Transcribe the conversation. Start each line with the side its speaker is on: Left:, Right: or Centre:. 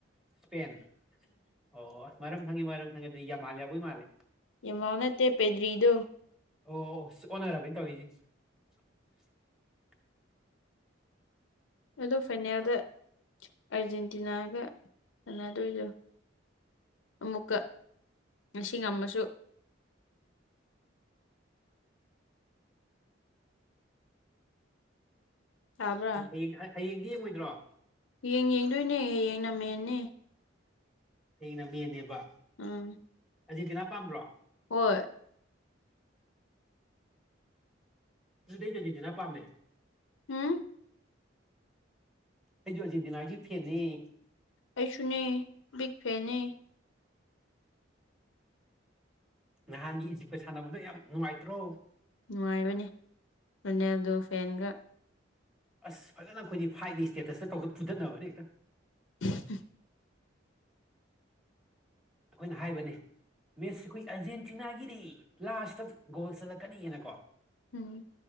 Centre: ꯏꯁꯄꯦꯟ ꯑꯣ ꯃꯔꯝ ꯈꯪꯉ‌ꯦ ꯃꯔꯝ ꯈꯪꯉ‌ꯦ ꯑꯗꯨ ꯌꯥꯝꯃꯥꯜ ꯌꯥꯎꯕꯩ ꯃꯥꯜꯂꯦ
Left: ꯌꯃꯥꯜ ꯅꯠꯇꯦ ꯄꯦꯗ꯭ꯔꯤꯗꯣ
Centre: ꯑꯣ ꯑꯣ ꯑꯣꯟꯅꯔꯕ ꯑꯩꯅ ꯇꯧꯔꯤꯁꯦ <inaudible>
Left: ꯑꯗꯨ ꯐꯥꯏꯅꯦꯜꯗ ꯑꯔꯖꯦꯟꯇꯤꯅꯥꯒ ꯁꯥꯅꯗꯣꯏꯗꯣ ꯑꯃꯨꯛꯀ ꯉꯁꯤ ꯉꯝꯃꯁꯨ ꯇꯥꯕ꯭ꯔꯥ
Centre: ꯍ ꯍꯌꯦꯡ ꯍꯌꯦꯡꯗꯤ ꯌꯦꯡꯉꯣꯏꯗ꯭ꯔꯣ
Left: ꯌ‌ꯦꯡ ꯌꯦꯡꯗꯣꯏꯅꯦ ꯍꯌꯦꯡꯅ ꯃ‌ꯦꯟꯅ‌ꯦ
Centre: ꯍꯌꯦꯡꯅ ꯃꯦꯟꯅꯦꯕ
Left: ꯎꯝ
Centre: ꯑꯔꯖꯦꯟꯇꯤꯅꯥ ꯄꯥꯝꯕ꯭ꯔꯣ
Left: ꯍꯣꯏ
Centre: ꯑꯗꯨꯗꯤ <unintelligible> ꯑꯔꯖꯦꯟꯇꯤꯅ ꯄꯥꯝꯃꯦ
Left: ꯎꯝ
Centre: ꯑꯩꯖꯨ ꯑꯔꯖꯦꯟꯇꯤꯅꯥꯒꯤ ꯐꯦꯟꯅ‌ꯦ
Left: ꯑꯩꯁꯨꯅꯦ ꯕꯤꯛ ꯐꯦꯟꯅꯦ
Centre: ꯅꯍꯥꯟꯒꯤ ꯏꯖꯤꯞꯀ ꯁꯥꯟꯅꯕꯗꯣ ꯌꯥꯝ ꯅꯨꯡꯉꯥꯏꯇ꯭ꯔꯣ
Left: ꯅꯨꯡꯉꯥꯏꯕꯅꯤ ꯔꯨꯅꯦꯜꯗꯣ ꯐꯦꯟꯒ
Centre: ꯑꯁ ꯐꯖꯅ ꯑꯩꯈꯣꯏꯗꯤ ꯐꯥꯏꯠꯅꯤ ꯏꯁꯇꯦꯇꯁꯇ ꯇꯧꯔ ꯐꯨꯊꯠꯅꯕꯅꯦ ꯍꯦꯛꯇ
Left: <unintelligible>
Centre: ꯑꯩꯈꯣꯏꯅ ꯍꯥꯏꯕꯅꯦ ꯃ‌ꯦꯁ ꯑꯩꯈꯣꯏ ꯑꯥꯔꯖꯦꯟꯇꯤꯅꯥꯒꯤꯗꯤ ꯂꯥꯁꯇ ꯒꯣꯜ ꯆꯠꯂꯛꯀꯅꯤꯅꯀꯣ
Left: ꯎꯝ